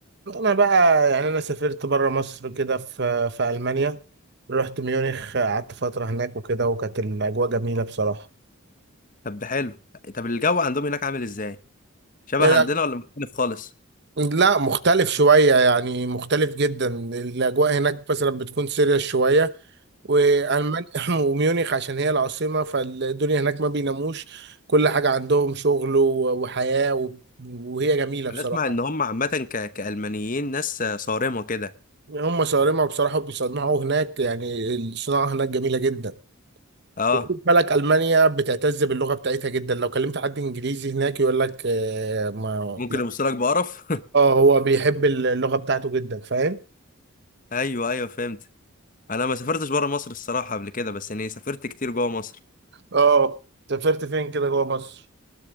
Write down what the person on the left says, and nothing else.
طب حلو طب الجو عندهم هناك عامل ازاي شبه
عندنا ولا مختلف خالص
انا اسمع ان هم عامه ك... كالمانيين ناس صارمه كده
اه
ممكن
يبصوا لك بقرف
<laughs> ايوه ايوه فهمت انا ما سافرتش بره مصر الصراحه قبل كده بس يعني سافرت كتير جوه مصر